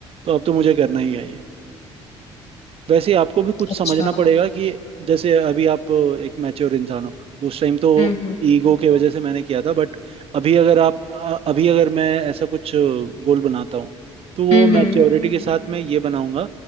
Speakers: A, on the right; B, on the left.
A: तो अब तो मुझे करना ही है ये वैसे ही आपको भी कुछ
B: अच्छा
A: समझना पड़ेगा कि जैसे अभी आप एक मैच्योर इंसान हो उस टाइम तो
B: हम्म हम्म
A: ईगो के वजह से मैंने किया था बट अभी अगर आप अ- अभी अगर मैं ऐसा कुछ गोल बनाता हूँ तो वो
B: हम्म हम्म
A: मैच्योरिटी के साथ मैं ये बनाऊंगा